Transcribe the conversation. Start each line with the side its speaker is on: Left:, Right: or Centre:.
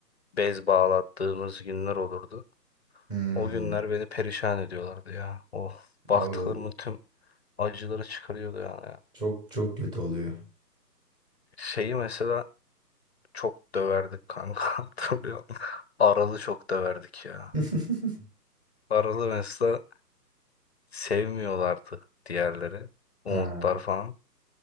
Left: bez bağlattığımız günler olurdu.
Right: Hmm.
Left: O günler beni perişan ediyorlardı ya. O
Right: Abi
Left: baktıklarımın
Right: o
Left: tüm acıları çıkarıyordu yani ya.
Right: çok çok kötü oluyor.
Left: Şeyi mesela çok döverdik kanka <laughs> hatırlıyorum. Aralı çok döverdik ya.
Right: <laughs>
Left: Aralı mesela sevmiyorlardı diğerleri. Umutlar
Right: Ha.
Left: falan.